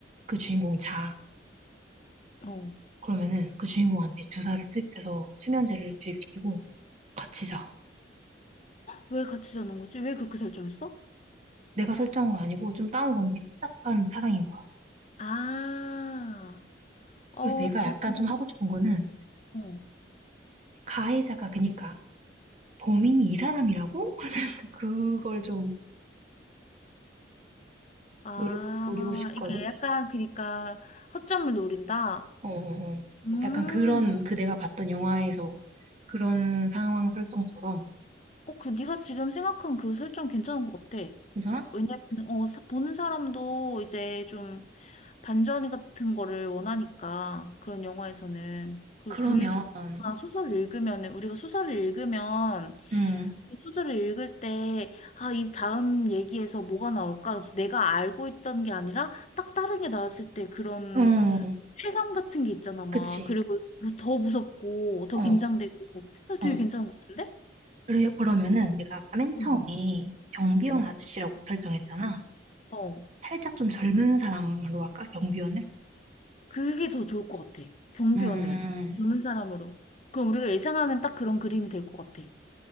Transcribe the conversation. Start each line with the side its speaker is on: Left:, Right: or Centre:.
Right: 그 주인공이 자.
Left: 어.
Right: 그러면은 그 주인공한테 주사를 투입해서 수면제를 주입시키고 같이 자.
Left: 왜 같이 자는 거지? 왜 그렇게 설정했어?
Right: 내가 설정한 거 아니고 좀 따온 건데 삐딱한 사랑인 거야.
Left: 아, 어,
Right: 그래서 내가
Left: 그렇구나.
Right: 약간 좀 하고 싶은 거는
Left: 어.
Right: 가해자가 그니까 범인이 이 사람이라고? 그걸 좀
Left: 아,
Right: 노리고, 노리고 싶거든.
Left: 이게 약간, 그러니까, 허점을 노린다?
Right: 어, 어, 어.
Left: 음,
Right: 약간 그런 그 내가 봤던 영화에서 그런 상황 설정처럼
Left: 어, 그 네가 지금 생각한 그 설정 괜찮은 것 같아.
Right: 괜찮아?
Left: 어, 왜냐면 어, 사- 보는 사람도 이제 좀 반전 같은 거를 원하니까 그런 영화에서는 그리고
Right: 그러면
Left: 글이나 소설을 읽으면은 우리가 소설을 읽으면
Right: 음,
Left: 이 소설을 읽을 때 아, 이 다음 얘기에서 뭐가 나올까? 그래서 내가 알고 있던 게 아니라 딱 다른 게 나왔을 때 그런
Right: 어,
Left: 쾌감 같은 게 있잖아, 막.
Right: 그치.
Left: 그리고 더 무섭고 더
Right: 어,
Left: 긴장되고 그래서
Right: 어.
Left: 되게 괜찮은 것 같은데?
Right: 그래, 그러면은 내가 아까 맨
Left: 응.
Right: 처음에 경비원
Left: 응.
Right: 아저씨라고 설정했잖아.
Left: 어,
Right: 살짝 좀 젊은 사람으로 할까? 경비원을?
Left: 그게 더 좋을 것 같아. 경비원을
Right: 음,
Left: 젊은 사람으로. 그럼 우리가 예상하는 딱 그런 그림이 될 것 같아.